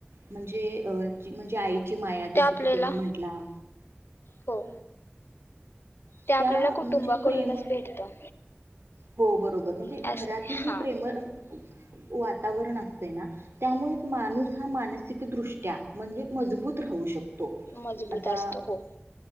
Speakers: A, on the right (about 85°); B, on the left (about 70°).
A: म्हणजे अ म्हणजे आई माया जसकी
B: ते आपल्याला
A: तुम्ही म्हटला
B: हो ते आपल्याला
A: त्या
B: कुटुंबाकडूनच
A: म्हणजे प्रेमळ
B: भेटतं
A: हो बरोबर म्हणजे
B: असं
A: घरातील जी
B: हा
A: प्रेमळ असते. वातावरण असतय ना त्यामुळे माणूस हा मानसिकदृष्ट्या म्हणजे मजबूत राहू शकतो
B: मजबूत
A: आता
B: असतो हो-